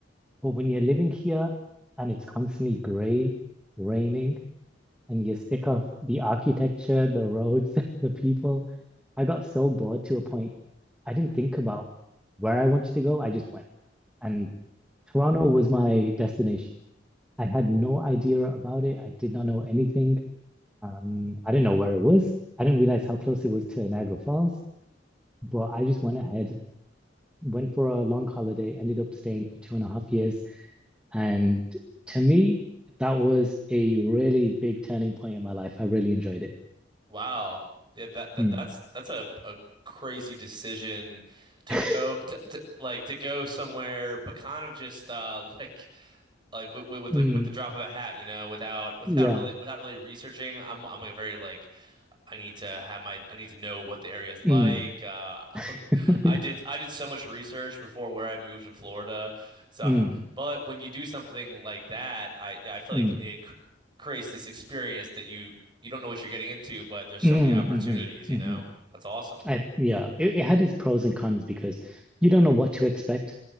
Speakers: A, in the centre; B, on the right (about 25°).
A: But when you're living here and it's constantly grey, raining, and you're sick of the architecture, the roads, <laughs> the people, I got so bored to a point I didn't think about where I wanted to go. I just went, and Toronto was my destination. I had no idea about it. I did not know anything. Um, I didn't know where it was. I didn't realize how close it was to Niagara Falls, but I just went ahead, went for a long holiday, ended up staying for two and a half years. And to me, that was a really big turning point in my life. I really enjoyed it.
B: Wow. Yeah, that, that
A: Mm.
B: that's that's a, a crazy decision to
A: <laughs>
B: go to, to like to go somewhere, but kind of just uh <laughs> like like with, with with
A: Mm.
B: like with the drop of a hat, you know, without without
A: Yeah.
B: really without really researching. I'm I'm like a very like I need to have my I need to know what the area is like.
A: Mm.
B: Uh, <laughs>
A: <laughs>
B: I
A: Yeah.
B: did I did so much research before where I moved in Florida. So, I'm-
A: Mm.
B: but when you do something like that, I yeah, I feel
A: Mm.
B: like it cr creates this experience that you you don't know what you're getting into, but there's so
A: Mm.
B: many opportunities, you
A: hmm
B: know?
A: hmm
B: That's awesome.
A: I,
B: <laughs>
A: yeah, it, it had its pros and cons because you don't know what to expect.